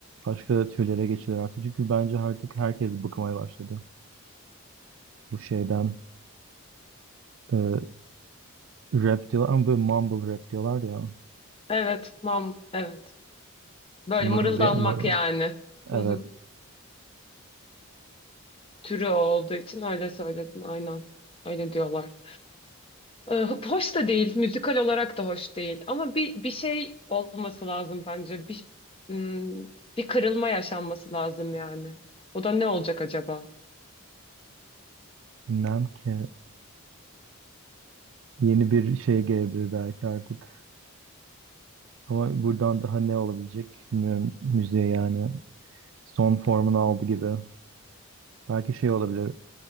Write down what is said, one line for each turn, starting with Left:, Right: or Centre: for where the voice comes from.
Right: Başka türlere geçilir artık. Çünkü bence artık herkes bıkmaya başladı. Bu şeyden e, rap diyorlar ama böyle mumble rap diyorlar ya.
Left: Evet, mam, evet. Böyle
Right: Mırılda,
Left: mırıldanmak
Right: Mumble rap mır,
Left: yani.
Right: evet
Left: Hı hı. Türü o olduğu için öyle söyledin, aynen. Öyle diyorlar. Ee, Hoş da değil, müzikal olarak da hoş değil. Ama bir bir şey olması lazım bence. Bir hmm, bir kırılma yaşanması lazım yani. O da ne olacak acaba?
Right: bilmem ki. Yeni bir şey gelebilir belki artık. Ama buradan daha ne olabilecek bilmiyorum müziğe yani. Son formunu aldı gibi. Belki şey olabilir.